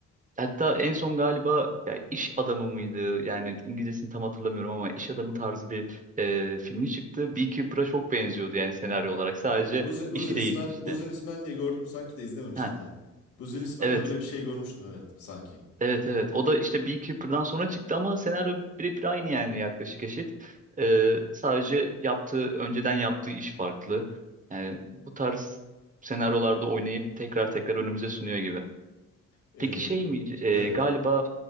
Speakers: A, on the right; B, on the left.
A: Hatta en son galiba ya iş adamı mıydı? Yani İngilizcesini tam hatırlamıyorum ama iş adamı tarzı bir e, filmi çıktı. Beekeeper'a çok benziyordu yani senaryo olarak. Sadece
B: Bu bu Businessman,
A: işi değişmişti.
B: Businessman diye gördüm sanki de izlememiştim
A: Ha,
B: ben. Businessman
A: evet
B: böyle bir şey görmüştüm evet sanki.
A: Evet evet o da işte Beekeeper'dan sonra çıktı ama senaryo birebir aynı yani yaklaşık eşit. Ee, sadece yaptığı önceden yaptığı iş farklı. Yani bu tarz senaryolarda oynayıp tekrar tekrar önümüze sunuyor gibi.
B: Ee,
A: Peki şey mi e,
B: evet.
A: galiba